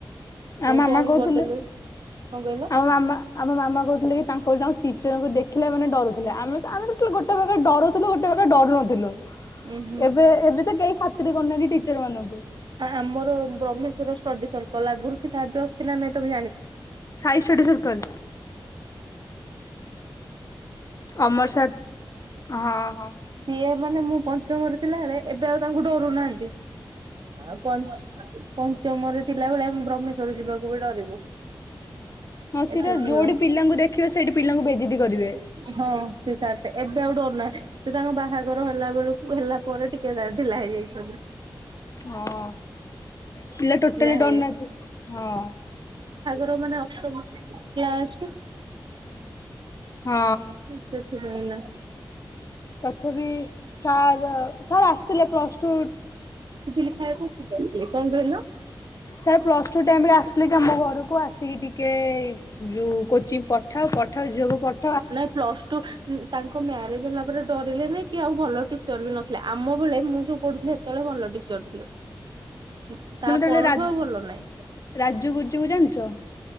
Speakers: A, on the left; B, on the right.
A: ଆମ ମାମା
B: ବନ୍ଦ
A: କହୁଥିଲେ
B: କରିଦେଲୁ କଣ କହିଲ
A: ଆମ ମାମା ଆମ ମାମା କହୁଥିଲେ କି ତାଙ୍କର ଜ ଟି ଙ୍କୁ ଦେଖିଲେ ମାନେ ଡରୁଥିଲେ। ଆମେ ତ ଆମେ ଗୋଟେ ପାାଗ ଡରୁଥିଲୁ ଗୋଟେ ପାାଗ ଡରୁ ନଥିଲୁ।
B: ଉୁଁ ହୁଁ।
A: ଏବେ ଏବେ ତ କେହି ଖ ଖାତିର କରୁନାହାନ୍ତି ଟିଚର ମାନଙ୍କୁ।
B: ଆମର ବ୍ରହ୍ମେଶ୍ଵର ଷ୍ଟଡି ସ ଲୁ ଥାହା ବି ଅଛି ନା ନାଇଁ ତମେ
A: Sai study circle Amar sir ହଁ ହଁ
B: ଜା <inaudible> ମାନେ ମୁଁ ପଞ୍ଚମରେ ଥିଲାବେଳେ ଏବେ ଆଉ ତାଙ୍କୁ ଡରୁ ନାହାନ୍ତି। ଆଉ ପଞ୍ଚମରେ ଥିଲା ଭଳେ ଆମେ ବ୍ରହ୍ମେଶ୍ଵର ଯିବାକୁ ବି ଡରିବୁ।
A: ହଁ ସ
B: ଏତେ
A: ତ
B: ଭଲ
A: ଯୋଉଠି ପିଲାଙ୍କୁ ଦେଖିବ ସେଇଠି ପିଲାଙ୍କୁ ବେଜିତି କରିବେ।
B: ହଁ ସେ ସାର୍ ସେ ଏବେ ଆଉ ଡରୁ ନାହାନ୍ତି ସେ ତାଙ୍କ ବାହାଘର ହେଲା ବେଳକୁ ହେଲା ପରେ ଟିକେ କେ ଦର୍ଦ ଢିଲା ହେଇଯାଇଛି ସବୁ।
A: ହଁ ପିଲା ଟୋଟାଲି
B: ହେଇଯାଇ
A: ଡରୁ ନାହାନ୍ତି। ହଁ
B: ଯୋଉମାନେ ଅଷ୍ଟମ କ୍ଲାସ
A: ହଁ
B: ରୁ ସେଥିପାଇଁ ନା
A: ତଥାପି ସାର୍ ସାର୍ ଆସିଥିଲେ ପ୍ଲସ ଟୁ
B: ଫିଲି ଖାଇବୁ କିଲୋ ଲିକ୍ କଣ କହିଲ?
A: ସାର୍ ପ୍ଲସ ଟୁ ଟାଇମରେ ଆସିଲେ କି ଆମ ଘରକୁ ଆସିକି ଟିକେ ଯୋଉ କୋଚିଂ ପଠାଅ ପଠାଅ ଝିଅକୁ ପଠ
B: ନାଇଁ ପ୍ଲସ ଟୁ ଉଁଉଁ ତାଙ୍କ ମ୍ୟାରେଜ ହେଲା ପରେ ଡରିଲେନି କି ଆଉ ଭଲ ଟିଚର ବି ନଥିଲେ ଆମ ବେଳେ ମୁଁ ଯୋଉ ପଢୁଥିଲି ସେତେବେଳେ ଭଲ ଟିଚର ଥିଲେ। ତା
A: ତମେ ତାହେଲେ
B: ପରଠୁ
A: ରା
B: ଆଉ ଭଲ ନହିଁ।
A: ରାଜୁ ଗୁଜୁକୁ ଜାଣିଛ?